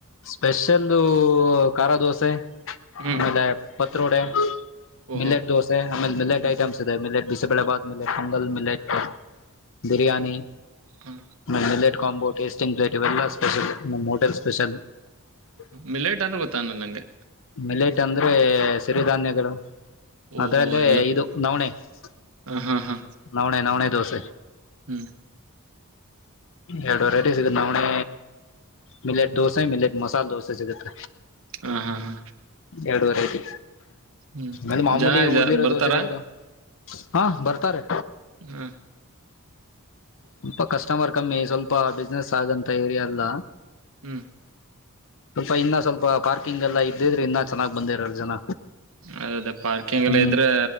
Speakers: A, on the left; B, on the right.
A: ಸ್ಪೆಷಲ್ದು ಖಾರ ದೋಸೆ
B: ಹ್ಮ್
A: ಮದೆ ಪತ್ರೋಡೆ
B: ಓಹೋ
A: ಮಿಲೆಟ್ ದೋಸೆ ಆಮೇಲೆ ಮಿಲೆಟ್
B: ಹ್ಮ್
A: ಐಟಮ್ಸ್ ಇದೆ ಮಿಲೆಟ್ ಬಿಸಿಬಳೆಬಾದ್ ಮಿಲೆಟ್ ಮೊಂಗಲ್ ಮಿಲೆಟ್ ಬಿರಿಯಾನಿ
B: ಹಾ
A: ನ ಮಿಲೆಟ್ ಕಾಂಬೋ ಟೇಸ್ಟಿಂಗ್ ಪ್ಲೇಟ್ ಇವೆಲ್ಲ ಸ್ಪೆಷಲ್ ನಮ್ಮ್ ಹೋಟೆಲ್ ಸ್ಪೆಷಲ್ <unintelligible>
B: ಮಿಲೇಟ್ ಅಂದರು ಗೊತ್ತ ಅ ನಂಗೆ
A: ಮಿಲೇಟ್ ಅಂದ್ರೆ ಸಿರಿ ಧಾನ್ಯಗಳು
B: ಓಹೋ
A: ಅದ್ರಲ್ಲೇ
B: ಎಲ್ಲ
A: ಇದು ನವಣೆ ಹ
B: ಹ ಹಾ ಹಾ
A: ನವಣ ನವಣ ದೋಸ
B: ಹ್ಮ್
A: ಎರಡು ವೆರೈಟಿ ಸಿಗತ್ ನಾವಣೆ ಮಿಲೆಟ್ ದೋಸೆ ಮಿಲೆಟ್ ಮಸಾಲೆ ದೋಸೆ ಸಿಗತ್
B: ಹ ಹಾ ಹಾ
A: ಎರಡು ವೆರೈಟಿ
B: ಹ್ಮ್
A: ಅಂದ ಮಾಮೂಲಿ
B: ಜನ ಜ
A: ಉಊದಿರೋ
B: ಬರ್ತಾರ
A: ದೋಸೆಗಳಿದಾವ ಹಾ ಬರ್ತಾರೆ
B: ಹ್ಮ
A: ಸ್ಲ್ಪ ಕಸ್ಟಮರ್ ಕಮ್ಮಿ ಸ್ವಲ್ಪ ಬ ಬಿಸ್ಿನನೆಸ್ ಆಗಂತ ಏರಿಯ ಅಲ್ಲ
B: ಹ್ಮ್
A: ಸ್ವಲ್ಪ ಇನ್ನ ಸ್ವಲ್ಪ ಪಾರ್ಕಿಂಗ್ ಎಲ್ಲ ಇದಿದ್ರೆ ಇನ್ನ ಚೆನ್ನ್ ಬಂದಿರ ಜನ
B: ಅದ ಅದೇ ಪಾರ್ಕಿಂಗ್
A: ಹ್ಮ್
B: ಎಲ್ಲ ಇದ್ರೆ